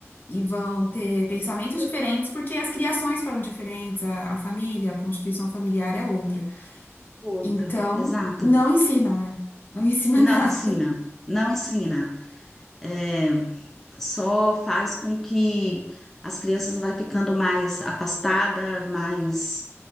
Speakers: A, on the left; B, in the centre.
A: e vão ter pensamentos diferentes, porque as criações foram diferentes, a, a família, a constituição familiar é outra.
B: Outra,
A: Então,
B: exato.
A: não ensina, né? Não ensina
B: Não
A: <laughs> nada.
B: ensina, não ensina. Eh, só faz com que as crianças vai ficando mais afastada, mais,